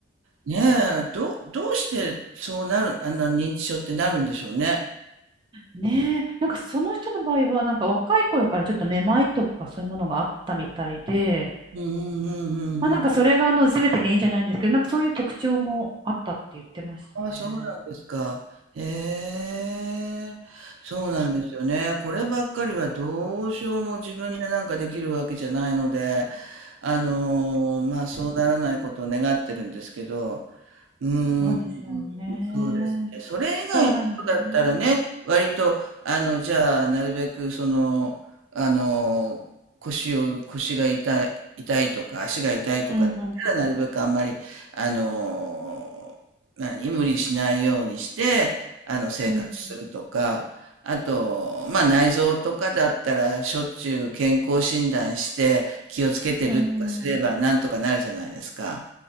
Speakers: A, on the right (about 80°); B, on the right (about 25°).
A: ねえ、どどうしてそうなるあんな認知症ってなるんでしょうね。
B: ねえ、なんかその人の場合は、なんか若い頃からちょっとめまいとかそういうものがあったみたいで、
A: うんうんうんうんうん。
B: まあなんかそれがあの全て原因じゃないんですけど、なんかそういう特徴もあったって言ってましたね。
A: あ、そうなんですか。へえ、そうなんですよね。
B: そ
A: こればっかりはどうしようも自分でなんかできるわけじゃないので、あのーまあそうならないことを願ってるんですけど、
B: う
A: うーん、
B: そうですよね。
A: そうですね。それ以外のことだったらね、
B: そうなのね。
A: 割と、あの、じゃあ、なるべく、その、あの、腰を、腰が痛い、痛いとか、足が痛いとかだったら、
B: うんうん。
A: なるべくあんまり、あの、何、無理しないようにして、あの、生活するとか、
B: うん
A: あと、まあ、内臓とかだったら、しょっちゅう健康診断して、気をつけてるとかすれば、
B: うん。うん。
A: なんとかなるじゃないですか。